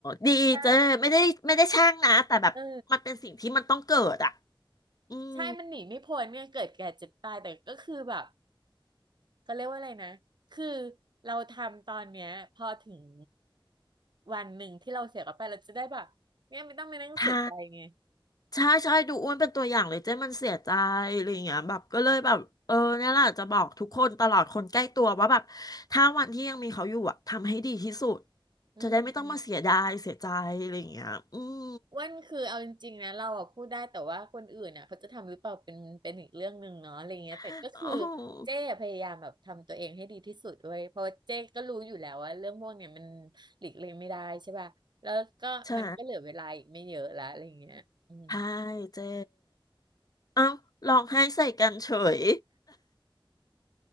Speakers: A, on the left; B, on the right.
A: ดีเจ๊ไม่ได้ไม่ได้แช่งนะแต่แบบมันเป็นสิ่งที่มันต้องเกิดอ่ะ
B: ใช่เออ
A: อืม
B: ใช่มันหนีไม่พ้นเนี่ยเกิดแก่เจ็บตายแต่ก็คือแบบ เขาเรียกว่าอะไรนะคือเราทำตอนเนี้ยพอถึงวันหนึ่งที่เราเสียกับไปเราจะได้แบบเนี่ยไม่ต้องมานั่งเสียใจไง
A: ใช่ใช่ใช่ดูอ้วนเป็นตัวอย่างเลยเจ้มันเสียใจอะไรอย่างเงี้ยแบบก็เลยแบบเออเนี่ยแหละจะบอกทุกคนตลอดคนใกล้ตัวว่าแบบถ้าวันที่ยังมีเขาอยู่อะทำให้ดีที่สุด
B: อืมอ
A: จะได้ไม่ต้องมาเสียดายเสียใจอะไรอย่างเงี้ยอืม
B: ้วันคือเอาจริงๆนะเราอะพูดได้แต่ว่าคนอื่นอ่ะเขาจะทำหรือเปล่าเป็นเป็นอีกเรื่องหนึ่งเนาะอะไรเงี้ยแต่ก็คือ
A: โอ้
B: เจ๊พยายามแบบทำตัวเองให้ดีที่สุดด้วยเพราะว่าเจ๊ก็รู้อยู่แล้วว่าเรื่องพวกเนี้ยมันหลีกเลี่ยงไม่ได้ใช่ป่ะแล้วก็มันก็เหลือเวลาอีกไม่เยอะละอะไรเงี้ยอืม
A: ใช่ใช่เจ้เอ้าร้องไห้ใส่กันเฉย